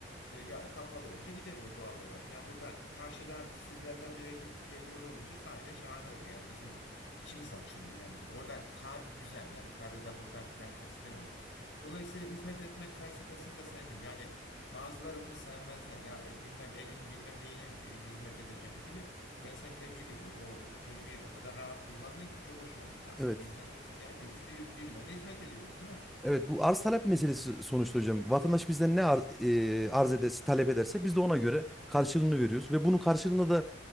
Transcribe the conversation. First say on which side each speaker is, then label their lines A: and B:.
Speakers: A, on the left; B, in the centre.
A: e, ya kapalı olunca gidemiyor doğal olarak. Yani burada karşıdan sizlerden bir ekip geliyor olunca sahiden şahane oluyor. Yani bizim içimiz açılıyor. Yani orada kar güzel. Yani karı da burada şey yapmak istemiyorum. Dolayısıyla hizmet etmek felsefesini de sevdim. Yani bazıları bunu sevmezler. Ya e, bilmem elin bilmem neyine e, hizmet edeceğim gibi. Ben seni tebrik ediyorum. O, o kelimeyi o kadar rahat kullandın ki çok hoşuma gitti aslında.
B: Evet.
A: Hizmet etmek. Yani hepimiz bir, birilerine hizmet ediyoruz, değil mi?
B: Evet bu arz talep meselesi sonuçta hocam. Vatandaş bizden ne arz, e, arz ederse, talep ederse biz de ona göre karşılığını veriyoruz. Ve bunun karşılığında da